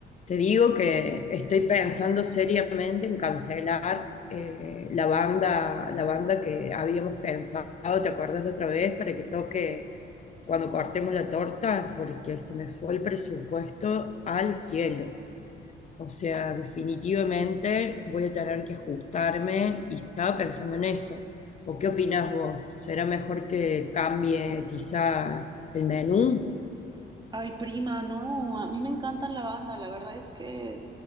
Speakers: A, on the left; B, on the right.
A: Te digo que estoy pensando seriamente en cancelar eh, la banda, la banda que habíamos pensado, ¿te acuerdas la otra vez? Para que toque cuando cortemos la torta, porque se me fue el presupuesto al cielo. O sea, definitivamente voy a tener que ajustarme y estaba pensando en eso. ¿O qué opinás vos? ¿Será mejor que cambie quizá el menú?
B: Ay, prima, no, a mí me encantan la banda, la verdad es que